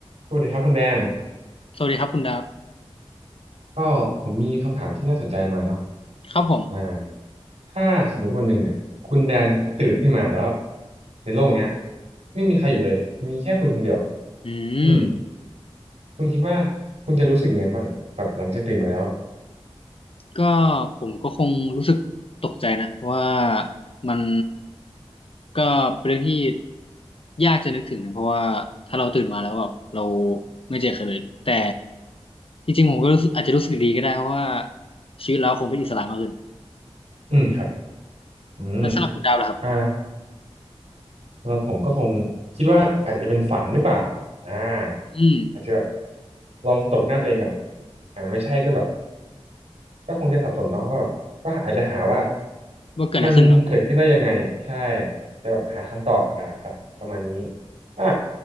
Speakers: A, on the right (about 85°); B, on the left (about 60°).
A: สวัสดีครับคุณแดน
B: สวัสดีครับคุณดาบ
A: ก็ผมมีคำถามที่น่าสนใจมาเนาะ
B: ครับผม
A: อ่าถ้าสมมติวันหนึ่งเนี่ยคุณแดนตื่นขึ้นมาแล้วในโลกเนี้ยไม่มีใครอยู่เลยมีแค่คุณคนเดียว
B: อืม
A: อืมคุณคิดว่าคุณจะรู้สึกยังไงบ้างแบบหลังจากตื่นมาแล้ว
B: ก็ผมก็คงรู้สึกตกใจนะว่ามันก็เป็นเรื่องที่ยากจะนึกถึงนะเพราะว่าถ้าเราตื่นมาแล้วแบบเราไม่เจอใครเลยแต่จริงๆผมก็รู้สึกอาจจะรู้สึกดีก็ได้เพราะว่าชีวิตเราคงเป็นอิสระมากขึ้น
A: อืมครับอืม
B: แล้วสำหรับคุณดาวล่ะครับ
A: อ่าแล้วผมก็คงคิดว่าอาจจะเป็นฝันหรือเปล่าอ่า
B: อืม
A: อาจจะแบบลองตบหน้าตัวเองก่อนอ่าไม่ใช่ก็แบบ ก็คงจะสับสนเนาะว่าแบบก็อาจจะหาว่า
B: ว่าเกิดอะไรขึ้นเนาะ
A: มันเกิดขึ้นได้ยังไงใช่จะแบบหาคำตอบอ่าครับประมาณนี้อ่า